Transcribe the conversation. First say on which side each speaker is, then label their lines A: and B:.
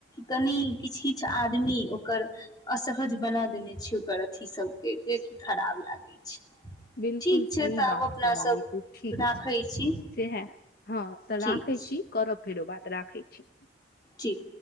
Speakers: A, on the left (about 20°); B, on the left (about 50°).
A: कनि किछु किछु आदमी ओकर असहज बना देने छै ओकर अथी सब के जेकि खराब लागे छै
B: बिलकुल
A: ठीक
B: सही
A: छै तऽ
B: बात
A: आब अपना
B: कह अली
A: सब
B: तू ठीक
A: राखै
B: छै
A: छी
B: सह हँ तऽ
A: ठीक
B: राखै
A: छै
B: छी करब फेरो बात राखै छी
A: ठीक